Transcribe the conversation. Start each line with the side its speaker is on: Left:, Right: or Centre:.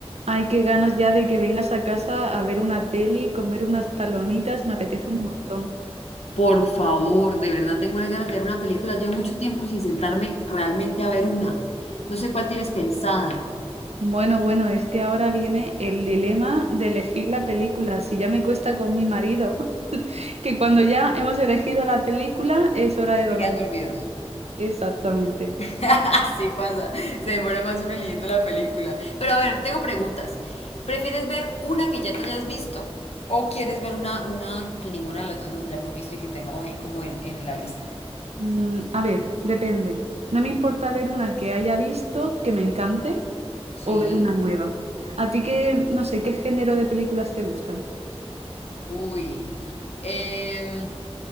Right: Ay, qué ganas ya de que vengas a casa a ver una peli, comer unas palomitas, me apetece un montón.
Left: Por favor, de verdad tengo unas ganas de ver una película. Llevo mucho tiempo sin sentarme realmente a ver una. No sé cuál tienes pensada.
Right: Bueno, bueno, es que ahora viene el dilema de elegir la película. Si ya me cuesta con mi marido, <laughs> que cuando ya hemos elegido la película es hora de dormir.
Left: Se quedan dormidos.
Right: Exactamente.
Left: <laughs> Así pasa. Se demora más uno leyendo la película. Pero a ver, tengo preguntas. ¿Prefieres ver una que ya te hayas visto o quieres ver una, una que ninguna de las dos nos hayamos visto y que tengamos ahí como en, en la lista?
Right: Mm, a ver, depende. No me importa ver una que haya visto que me encante o
Left: Sí.
Right: ver una nueva. A ti que, no sé, ¿qué género de películas te gustan?
Left: Uy. Eh,